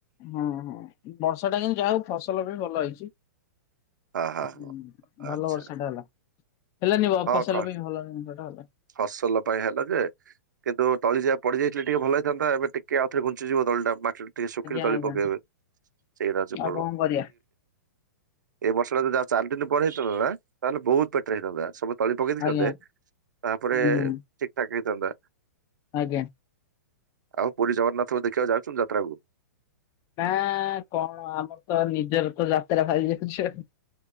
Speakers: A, on the left; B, on the right.
A: ହୁଁ ହୁଁ ବର୍ଷା ଟା କିନ୍ତୁ ଯାହା ହଉ ଫସଲ ବି ଭଲ ହେଇଛି।
B: ଆଉ ହଁ
A: ହୁଁ
B: ହଁ ହଁ।
A: ଭଲ
B: ଆଚ୍ଛା
A: ବର୍ଷା ଟା ହେଲା ହେଲାନି
B: ହଁ
A: ଫସଲ
B: କ
A: ପାଇଁ ଭଲ ହେଲାନି।
B: ଫସଲ ପାଇଁ ହେଲ ଯେ କିନ୍ତୁ ତଳି ଯଆ ପଡ଼ିଯାଇଥିଲେ ଟିକେ ଭଲ ହୋଇଥାନ୍ତା ଏବେ ଟିକେ ଆଉଥରେ ଘୁଞ୍ଚିିଜିବ ତଲିଟା ମାଟି ଟିକେ ଶୁଖିଲି
A: ଆଜ୍ଞା
B: ତଳି
A: ଆଜ୍ଞା
B: ପକେଇବେ ସେଇଟା ହୋଉଛି
A: ଆଉ
B: ଭଲ।
A: କଣ କରିବା
B: ଏ ବର୍ଷାଟା ଯଦି ଆଉ ଚାରିଦିନ ପରେହେଇଥାନ୍ତା ନା ତାହେଲେ ବହୁତ ବେଟରେ ହେଇଥାନ୍ତା ସବୁ ତଳି ପକେଇ ଦେଇଥାନ୍ତେ।
A: ଆଜ୍ଞା
B: ତାପରେ
A: ହୁଁ
B: ଠିକଠାକ୍ ହେଇଥାନ୍ତା।
A: ଆଜ୍ଞା
B: ଆଉ ପୁରୀ ଜଗନ୍ନାଥଙ୍କୁ ଦେଖିବାକୁ ଯାଉଛନ୍ତୀ ଯାତ୍ରାକୁ?
A: ନା କଣ ଆମର ତ ନିଜର ତ ଯାତ୍ରା ବାହାରି ଯାଉଛି ଆଉ।